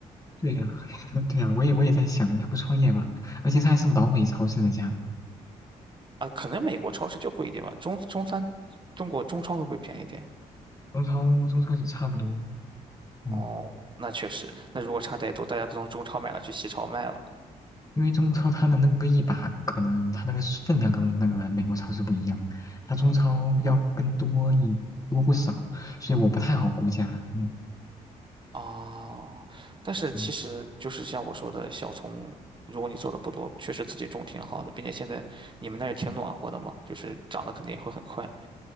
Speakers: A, on the left (about 20°); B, on the right (about 25°).
A: 对呀，<laughs> 对呀，我也我也在想，要不创业吧，而且这还是老美超市的价格，
B: 啊，可能美国超市就贵一点吧，中中餐，中国中超会不会便宜一点？
A: 中超中超就差不多，嗯。
B: 哦，那确实，那如果差太多，大家都从中超买了，去西超卖了。
A: 因为中超它的那个一把，可能它那个是分量跟那个美国超市不一样，它中超要更多一多不少，所以我不太好估价。嗯
B: 哦，但是其实就是像我说的，
A: 嗯，
B: 小葱，如果你做的不多，确实自己种挺好的，并且现在你们那儿也挺暖和的嘛，就是长得肯定也会很快。